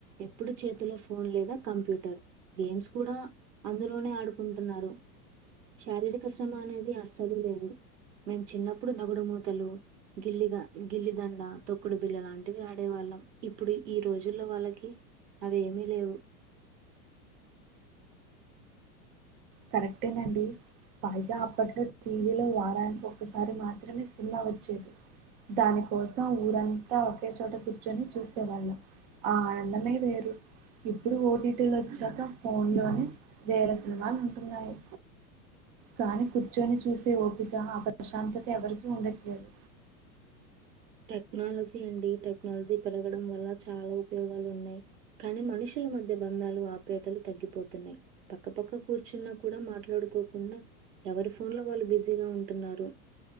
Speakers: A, on the right; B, on the right.
A: ఎప్పుడూ చేతిలో ఫోన్ లేదా కంప్యూటర్ గేమ్స్ కూడా అందులోనే ఆడుకుంటున్నారు శారీరక శ్రమ అనేది అస్సలు లేదు మేము చిన్నప్పుడు దగుడుమూతలు గిల్లిగా గిల్లిదండ తొక్కుడు బిళ్ల లాంటివి ఆడేవాళ్ళం ఇప్పుడు ఈ రోజుల్లో వాళ్ళకి అవి ఏమీ లేవు
B: కరెక్టే నండి పైగా అప్పట్లో టీ వీ లో వారానికి ఒకసారి మాత్రమే సినిమా వచ్చేది దాని కోసం ఊరంతా ఒకే చోట కూర్చొని చూసేవాళ్ళం ఆ ఆనందమే వేరు ఇప్పుడు ఓ టీ టీ లొచ్చాక ఫోన్ లోనే వేల సినిమాలు ఉంటున్నాయి కానీ కూర్చొని చూసే ఓపిక ఆ ప్రశాంతత ఎవరికీ ఉండట్లేదు
A: టెక్నాలజీ అండి టెక్నాలజీ పెరగడం వల్ల చాలా ఉపయోగాలు ఉన్నాయి కానీ మనుషుల మధ్య బంధాలు ఆప్యాయతలు తగ్గిపోతున్నాయి పక్కపక్క కూర్చున్నా కూడా మాట్లాడుకోకుండా ఎవరి ఫోన్ లో వాళ్ళు బిజీగా ఉంటున్నారు